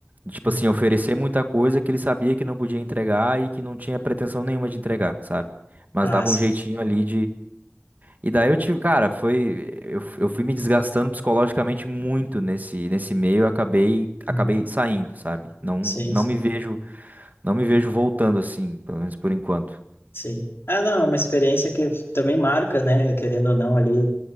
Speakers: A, on the right (about 45°); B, on the left (about 65°).
A: tipo
B: Uhum.
A: assim, oferecer muita coisa que ele sabia que não podia entregar e que não tinha pretensão nenhuma de entregar, sabe? Mas
B: Ah,
A: dava
B: sim.
A: um jeitinho ali e daí eu tive, cara, foi, eu, eu fui me desgastando psicologicamente muito nesse nesse meio, eu acabei
B: Uhum.
A: acabei saindo, sabe? Não
B: Sim,
A: não
B: sim,
A: me vejo, não me vejo voltando assim, pelo menos por enquanto.
B: sim. Ah, não, é uma experiência que também marca, né? Querendo ou não, ali.